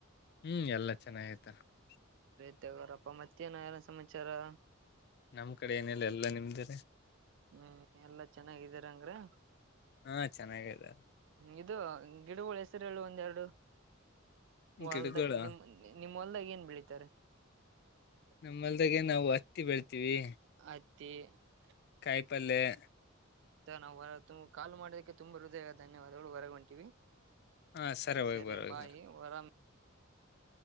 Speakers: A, on the left (about 50°); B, on the right (about 60°).
A: ಹ್ಮ್ ಎಲ್ಲಾ ಚೆನ್ನಾಗಿತಾರ <unintelligible>
B: ಎಲ್ಲಾರಪ್ಪ ಮತ್ತೆನ <unintelligible> ಸಮಾಚಾರ <unintelligible>
A: ನಮ್ ಕಡೆ ಏನಿಲ್ಲ ಎಲ್ಲಾ ನಿಮ್ದರಿ <unintelligible>
B: ಹ್ಮ್ ಎಲ್ಲಾ ಚೆನ್ನಾಗಿದೀರಂಗ್ರ <unintelligible>
A: ಹಾ ಚೆನ್ನಾಗಿದ್ದಾರೆ <unintelligible>
B: ಇದು ಗಿಡಗುಳು ಹೆಸುರೆಳು ಒಂದೆರಡು <unintelligible> ಹೊಲ್ದ
A: ಗಿಡಗಳು
B: ನಿಮ ನಿಮ್ಮಲ್ದ ಏನ್ <unintelligible> ಬೆಳಿತಾರೆ <unintelligible>
A: ನಮ್ಮಲ್ದಾಗೆ ನಾವು ಹತ್ತಿ ಬೆಳ್ತೀವಿ <unintelligible>
B: ಅತ್ತಿ <unintelligible>
A: ಕಾಯಿಪಲ್ಲೆ <unintelligible>
B: ನಾವು ಕಾಲ್ ಮಾಡೋದಕ್ಕೆ ತುಂಬಾ ಹೃದಯ ಧನ್ಯವಾದಗಳು ಹೊರಗ ಹೊಂಟಿವಿ
A: ಹಾ ಹೋಗಿ
B: <unintelligible> ಸರಿ
A: ಬರ ಹೋಗಿ
B: ಬಾಯ್
A: ಬರ
B: ವರಾಮ <unintelligible>